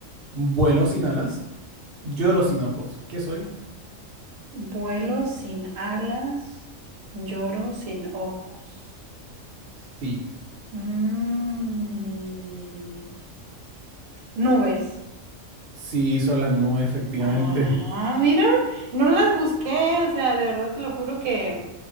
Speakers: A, on the right; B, on the right.
A: Vuelo sin alas, lloro sin ojos. ¿Qué soy?
B: Vuelo sin alas, lloro sin ojos.
A: Sí.
B: Mm, Nubes.
A: Sí, son las nubes, efectivamente.
B: Ah, mira, no las busqué, o sea, de verdad te lo juro que,